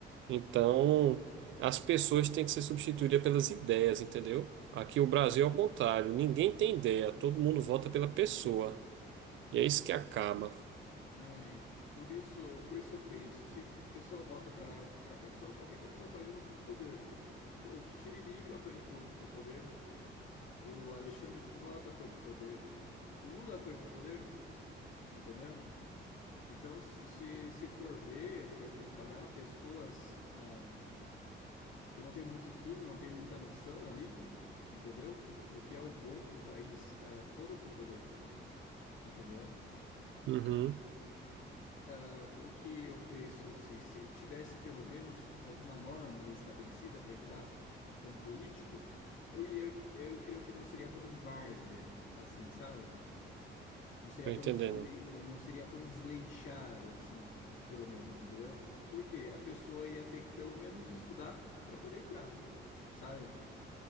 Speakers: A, on the right; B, on the left.
A: Então, as pessoas têm que ser substituídas pelas ideias, entendeu? Aqui o Brasil é o contrário, ninguém tem ideia, todo mundo vota pela pessoa. E é isso que acaba.
B: É, por isso, por isso eu penso, se a pessoa volta para para pessoa, qualquer pessoa pode ir no poder. Pô, o Tiririca foi no, pro, pro poder, o Alexandre Frota foi pro poder, o Lula foi pro poder, entendeu? Então, se, se se for ver, for comparar pessoas ah, que não tem muito estudo, não tem muita noção ali, entendeu? Do que é o bom pro país, ah, foram pro poder, entendeu?
A: Uhum,
B: Ah, o que eu penso, se, se tivesse pelo menos alguma norma ali estabelecida para entrar como político, eu ia, eu creio que não seria tão várzea assim, sabe? Não seria
A: tô
B: tão,
A: entendendo.
B: desle- eh, não seria tão desleixado assim, pelo menos, entendeu? Porque a pessoa ia ter que pelo menos estudar para poder entrar, sabe?